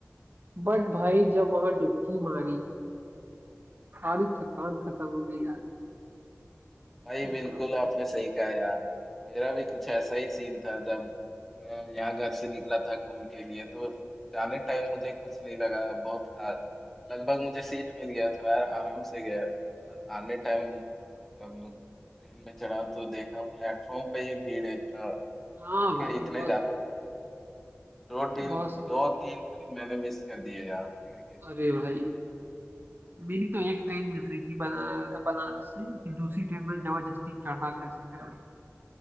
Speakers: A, on the right; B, in the centre.
A: बट भाई जब वहां डुबकी मारी सारी थकान खत्म हो गई यार
B: भाई
A: बिल्कुल
B: बिल्कुल आपने सही कहा यार मेरा भी कुछ ऐसा ही सीन था जब मैं यहाँ घर से निकला था कुंभ के लिए तो जाने टाइम मुझे कुछ नहीं लगा बहुत खास लगभग मुझे सीट मिल गया था यार आराम से गया पर आने टाइम जब ट्रेन में चढ़ा तो देखा प्लेटफॉर्म पे ही भीड़ है इतना
A: हाँ
B: भीड़
A: भाई
B: इतने
A: बहुत
B: ज्यादा थे दो तीन
A: बहुत सी
B: दो तीन ट्रेन मैंने मिस कर दिए यार भीड़ के चलते
A: अरे भाई मेरी तो एक ट्रेन मिस हुई थी बना बनारस से कि दूसरी ट्रेन में जबरदस्ती चढ़ा कैसे करके